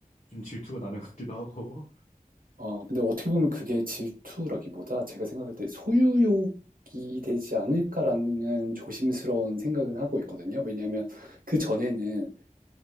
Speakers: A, on the left; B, on the right.
A: 좀 질투가 나는 것 같기도 하고, <laughs>
B: 어, 근데 어떻게 보면 그게 질투라기보다 제가 생각할 때 소유욕이 되지 않을까라는 조심스러운 생각은 하고 있거든요. 왜냐하면 그 전에는